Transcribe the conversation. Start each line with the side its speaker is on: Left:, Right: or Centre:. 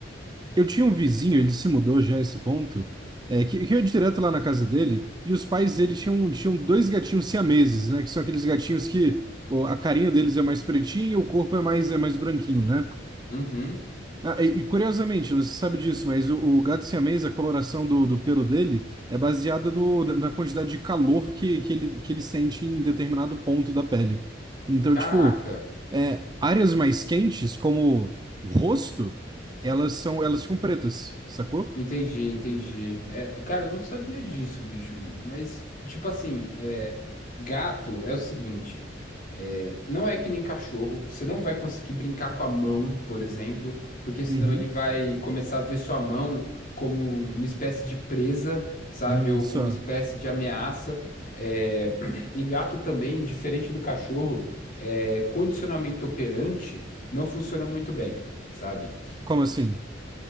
Right: eu tinha um vizinho, ele se mudou já a esse ponto, é, que, que eu ia direto lá na casa dele, e os pais dele tinham, tinham dois gatinhos siameses, né? Que são aqueles gatinhos que pô, a carinha deles é mais pretinha e o corpo é mais, é mais branquinho, né?
Left: uhum,
Right: Ah, e e, curiosamente, não se sabe disso, mas o, o gato siamês, a coloração do, do pelo dele é baseada no, na quantidade de calor que, que ele, que ele sente em determinado ponto da pele. Então,
Left: caraca.
Right: tipo, é, áreas mais quentes, como o rosto, elas são, elas ficam pretas, sacou?
Left: Entendi, entendi. É, cara, eu não sabia disso, bicho. Mas, tipo assim, é, gato é o seguinte: é, não é que nem cachorro. Você não vai conseguir brincar com a mão, por exemplo, porque senão
Right: Uhum.
Left: ele vai começar a ver sua mão como uma espécie de presa, sabe?
Right: Hum,
Left: Ou
Right: só.
Left: como uma espécie de ameaça. É, <clears throat> e gato também, diferente do cachorro, é, condicionamento operante não funciona muito bem. sabe?
Right: Como assim?